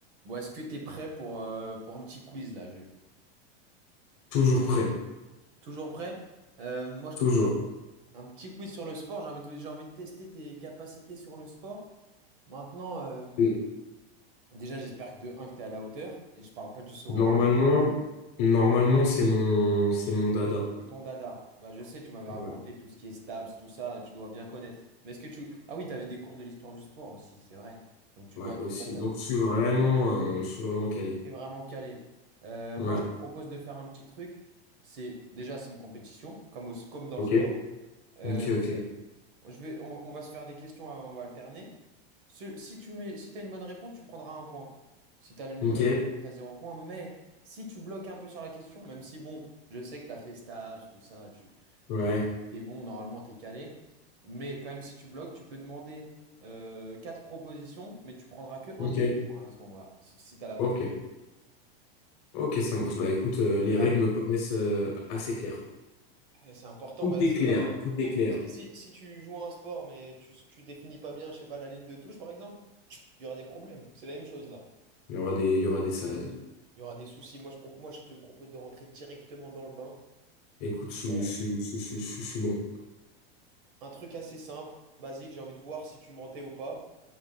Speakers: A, on the right; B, on the left.
A: Bon, est-ce que t'es prêt pour, euh, pour un petit quiz là, Jules?
B: Toujours prêt,
A: Toujours prêt? Euh, moi, je
B: toujours.
A: te prends. Un petit quiz sur le sport. J'ai envie de, j'ai envie de tester tes capacités sur le sport. Maintenant, euh,
B: N-
A: déjà, j'espère que de un que t'es à la hauteur. Et je parle pas du saut
B: Normalement,
A: en hauteur.
B: normalement c'est mon, c'est mon dada.
A: C'est ton dada. Bah, je sais, tu m'avais
B: Ouais,
A: raconté tout ce qui est stabs, tout ça. Tu dois bien connaître. Mais est-ce que tu. Ah oui, t'avais des cours de l'histoire du sport aussi, c'est vrai. Donc, tu
B: ouais
A: dois, tu
B: aussi.
A: dois, tu
B: Donc je suis vraiment, euh, je suis vraiment calé.
A: es vraiment calé. Euh,
B: Ouais.
A: moi, je te propose de faire un petit truc. C'est déjà, c'est une compétition, comme, au- comme dans
B: Ok.
A: le sport. Euh,
B: Ok, ok,
A: Je vais, on, on va se faire des questions, euh, on va alterner. Ce- si tu mets, si t'as une bonne réponse, tu prendras un point. Si tu as une
B: ok.
A: mauvaise réponse, tu as zéro point. Mais si tu bloques un peu sur la question, même si bon, je sais que tu as fait Stabs, tout ça, tu
B: Ouais.
A: t'es, t'es bon, normalement, tu es calé. Mais quand même, si tu bloques, tu peux demander euh, quatre propositions, mais tu prendras que un
B: Ok,
A: demi-point à ce moment-là, si, si tu as la bonne
B: ok,
A: réponse.
B: ok, ça marche. Bah écoute, euh, les
A: Ah,
B: règles me paraissent euh, assez claires.
A: euh, C'est important,
B: Tout
A: bah,
B: est
A: c'est
B: clair,
A: comme euh,
B: tout est clair.
A: si, si- si tu joues à un sport mais tu, tu définis pas bien, je sais pas, la ligne de touche par exemple, il y aura des problèmes. C'est la même chose là.
B: Il y aura des, il y aura des salades.
A: Il y aura des soucis. Moi, je, pro- moi, je te propose de rentrer directement dans le bain.
B: Écoute, je,
A: Euh,
B: je, je, je, je, je suis bon.
A: un truc assez simple, basique, j'ai envie de voir si tu mentais ou pas.